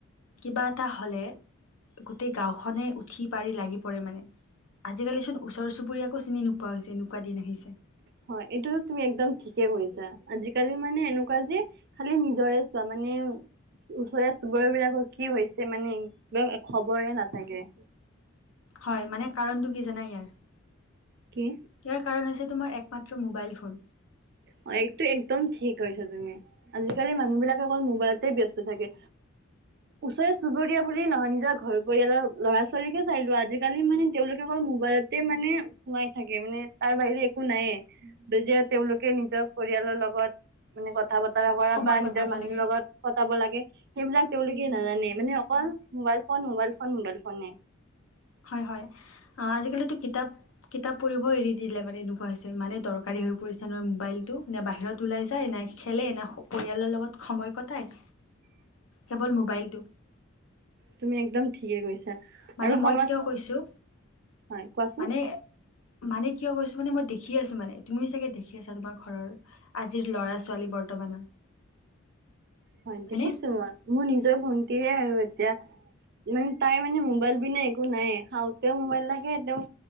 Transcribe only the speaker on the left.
কিবা এটা হলে গোটেই গাওঁখনে উঠি পাৰি লাগি পৰে মানে। আজিকালিচোন ওচৰ চুবুৰীয়াকো চিনি নোপোৱা হৈছে এনেকুৱা দিন আহিছে।
হয় মানে কাৰণটো কি জানা ইয়াৰ?
ইয়াৰ কাৰণ হৈছে তোমাৰ একমাত্ৰ মোবাইল ফোন।
সময়
কটাব
লাগে
হয়-হয়। আজিকালিতো কিতাপ কিতাপ পঢ়িব এৰি দিলে মানে এনেকুৱা হৈছে মানে দৰকাৰী হৈ পৰিছে ন মোবাইলতটো নে বাহিৰত ওলাই যায় নাই খেলে না পৰিয়ালৰ লগত সময় কটায়
কেৱল মোবাইলটো।
মানে
মই
কিয় কৈছোঁ,
মানে মানে কিয় কৈছোঁ মানে মই দেখি আছোঁ মানে তুমিও চাগে দেখি আছা তোমাৰ ঘৰৰ। আজিৰ ল'ৰা ছোৱালী বৰ্তমানৰ।
হয়নে